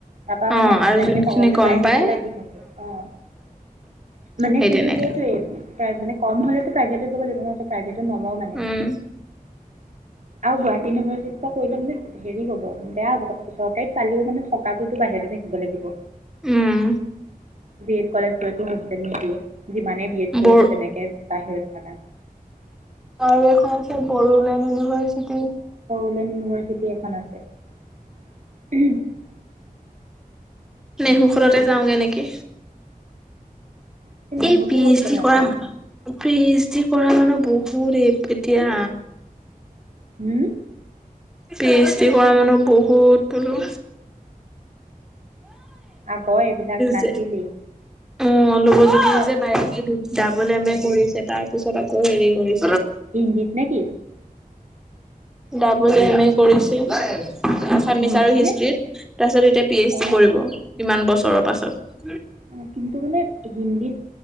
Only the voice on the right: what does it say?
তাৰপা
মানে
তেনেকে
তললে
প্ৰাই
ভেটলৈ আহি থাকে অ মানে
কিন্তু
সেইটোৱেই পাৰচেন্টি কম হলেতো প্ৰইভেত লব লাগিব নহ! নলওঁ মানে?
আৰু গুৱাহাটী ইউনিভাৰ্চিটি কৰিলে মানে হেৰি হ'ব বেয়া হ'ব কথাটো চৰকাৰীত পালেও মানে থকাটোতো বাহিৰতে থাকিব লাগিব।
বি এড কলেজ গলে তো হোষ্টেল নিদিয়ে! যিমানেই বি এড কৰিছে
তেনেকে বাহিৰত থকা
ডিব্ৰুগড় ইউনিভাৰ্চিটি এখন আছে।
কিন্তু নেহৰুতো
হোষ্টেল
নাপায়
হম
আগৰ এইবিলাক নাছিলেই
হিন্দীত নেকি
হিন্দীত
নে
অ
অ
অ কিন্তু মানে হিন্দীত,